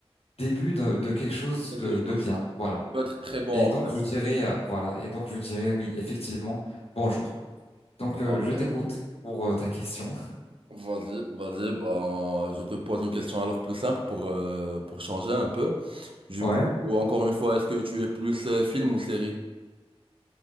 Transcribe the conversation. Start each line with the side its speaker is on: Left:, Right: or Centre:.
Left: début de, de quelque chose
Right: Quelque
Left: de
Right: chose
Left: de bien. Voilà.
Right: peut être très bon
Left: Et donc,
Right: en fait.
Left: je dirais, euh, voilà, et donc je dirais oui, effectivement, bonjour. Donc,
Right: Bah,
Left: euh, je
Right: bah,
Left: t'écoute pour euh, ta question.
Right: Vas-y, vas-y, ben, je te pose une question alors plus simple pour, euh, pour changer un peu. Du
Left: Ouais.
Right: coup, encore une fois, est-ce que tu es plus euh, film ou série?